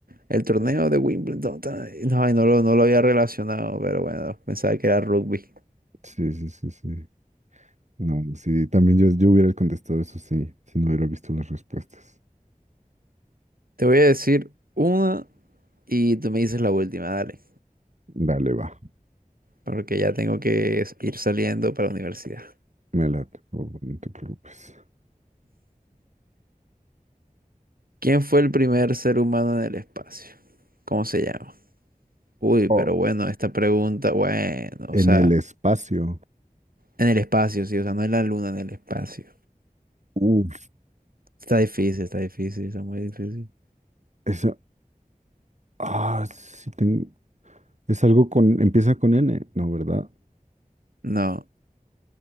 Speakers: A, on the right; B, on the right.
A: el torneo de Wimbledon. ta- No, y no lo, no lo había relacionado, pero bueno, pensaba que era rugby.
B: Sí, sí, sí, sí. No, sí, también yo, yo hubiera contestado eso sí, si no hubiera visto las respuestas.
A: Te voy a decir una y tú me dices la última, dale.
B: Dale, va.
A: porque ya tengo que s- ir saliendo para la universidad.
B: Me late, por favor, no te preocupes.
A: ¿Quién fue el primer ser humano en el espacio? ¿Cómo se llama? Uy, pero
B: Oh,
A: bueno, esta pregunta, bueno, o
B: en
A: sea,
B: el espacio.
A: en el espacio, sí, o sea, no en la luna, en el espacio.
B: Uf,
A: Está difícil, está difícil, está muy difícil.
B: esa. Ah, sí, ten- es algo con. Empieza con N, ¿no, verdad?
A: No,